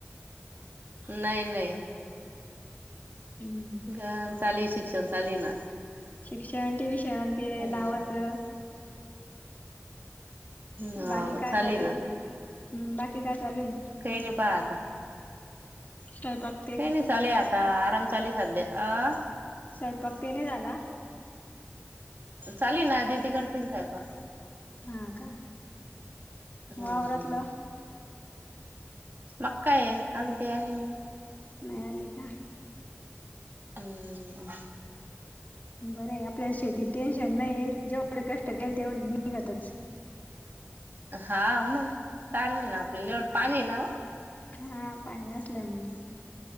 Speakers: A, on the right; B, on the left.
A: नाय नाई
B: हम्म
A: ग चाले शिक्षण चाले ना
B: शिक्षण ट्युशन ते
A: हम्म
B: लावाचं
A: हाव
B: बाकी काय
A: चाले
B: चालूय
A: ना
B: हम् बाकी काय चालूय
A: काई नई पाहा आता.
B: सयपाक
A: काय नाइ चालूये आता आराम चालूये सध्या. अं
B: स्वयपाक ते नाही झाला.
A: चालुये ना दीदी करतील सयपाक.
B: हा का
A: हम्म
B: वावरातलं
A: मग काय, अजून काय आली नही.
B: नाय आली का?
A: हम् हम्
B: बरंय आपल्याला शेतीत टेन्शन नाहीये जेवढे कष्ट केले तेवढे निघात्याचं.
A: हा मग ताण नाही ना आपल्याला एवढं पाणी आहे ना ओ
B: हा पाणी असल्यामुळे